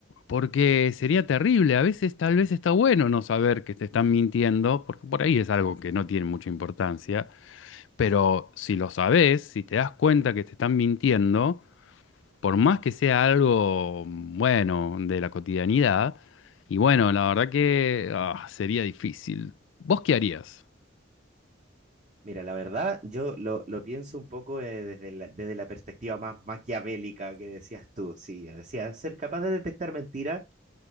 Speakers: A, on the left (about 70°); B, on the right (about 35°).
A: porque sería terrible. A veces tal vez está bueno no saber que te están mintiendo, porque por ahí es algo que no tiene mucha importancia, pero si lo sabes, si te das cuenta que te están mintiendo, por más que sea algo bueno de la cotidianidad, y bueno, la verdad que ah, sería difícil. ¿Vos qué harías?
B: Mira, la verdad, yo lo, lo pienso un poco eh, desde la, desde la perspectiva más maquiavélica que decías tú. Sí, decía, ser capaz de detectar mentiras.